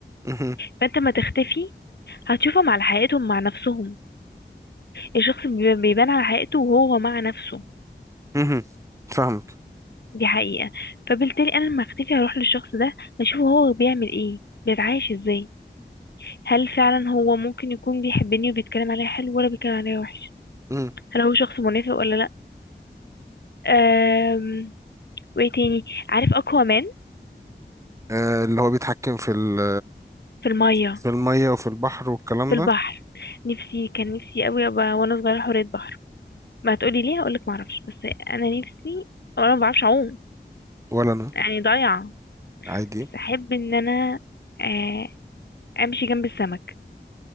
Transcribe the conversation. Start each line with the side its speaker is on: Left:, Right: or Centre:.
Right: مهم.
Left: فانت ما تختفي هتشوفهم على حقيقتهم مع نفسهم الشخص بي- بيبان على حقيقته وهو مع نفسه
Right: مهم. فاهمك
Left: دي حقيقة فبالتالي انا لما اختفي هروح للشخص ده اشوفه هو بيعمل ايه بيتعايش ازاي هل فعلا هو ممكن يكون بيحبني وبيتكلم عليا حلو ولا بيتكلم عليا وحش
Right: مم.
Left: هل هو شخص منافق ولا لا أم... وايه تاني عارف اكوامان
Right: أه اللي هو بيتحكم في ال
Left: في الميه
Right: في المية وفي البحر والكلام
Left: في البحر
Right: ده
Left: نفسي كان نفسي قوي ابقى وانا صغيره حورية بحر ما هتقولي ليه هقولك ما اعرفش بس انا نفسي وانا ما بعرفش اعوم
Right: ولا أنا
Left: يعني ضايعه
Right: عادي
Left: بس احب ان انا آه، امشي جنب السمك